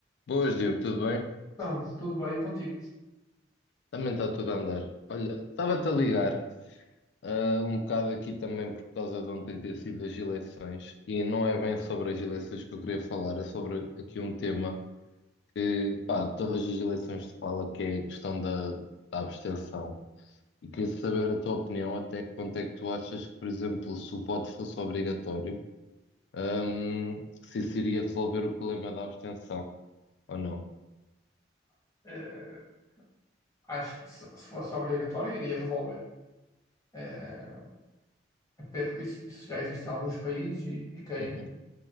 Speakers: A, on the left; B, on the left.
A: Boas, Diogo, tudo bem?
B: Não, tudo bem contigo.
A: Também está tudo a andar. Olha, estava-te a ligar, ah, um bocado aqui também por causa de ontem ter sido as eleições, e não é bem sobre as eleições que eu queria falar, é sobre aqui um tema que, pá, todas as eleições se fala que é a questão da, da abstenção, e queria saber a tua opinião, até que ponto é que tu achas que, por exemplo, se o voto fosse obrigatório, hum, se isso iria resolver o problema da abstenção, ou não?
B: Eh, acho que se, se fosse obrigatório, iria resolver. Eh, até porque isso, isso já existe em alguns países e, e quem,
A: Uhum,